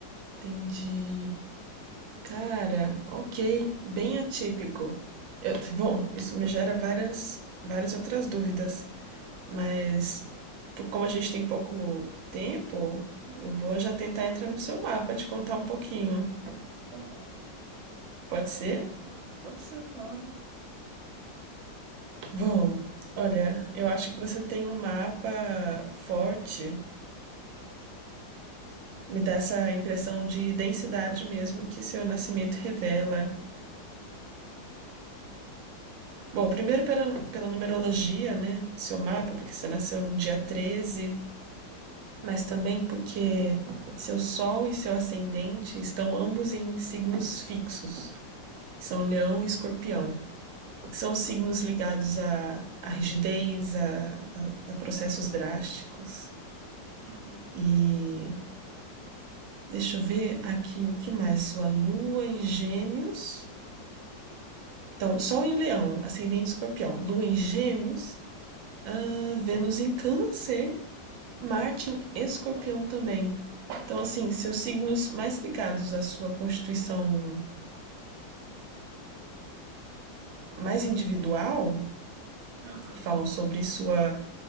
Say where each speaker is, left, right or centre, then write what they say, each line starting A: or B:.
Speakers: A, on the right; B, on the right.
A: Entendi. Cara, ok. Bem atípico. Eu- bom, isso me gera várias, várias outras dúvidas. Mas, po- como a gente tem pouco tempo, eu vou já tentar entrar no seu mapa, te contar um pouquinho.
B: Tá bom.
A: Pode ser?
B: Pode ser, claro.
A: Bom, olha, eu acho que você tem um mapa forte. Me dá essa impressão de densidade mesmo que seu nascimento revela. Bom, primeiro pela, pela numerologia, né, do seu mapa, porque você nasceu no dia treze mas também porque seu Sol e seu ascendente estão ambos em signos fixos, são Leão e Escorpião. São signos
B: Ah,
A: ligados à, à rigidez, a, a, a processos drásticos.
B: Uhum.
A: E deixa eu ver aqui o que mais. Sua lua em gêmeos. Então, Sol em Leão, Ascendente Escorpião, Lua em Gêmeos, ah, Vênus em Câncer, Marte em Escorpião também. Então, assim, seus signos mais ligados à sua constituição mais individual,
B: Aham.
A: que falam sobre sua,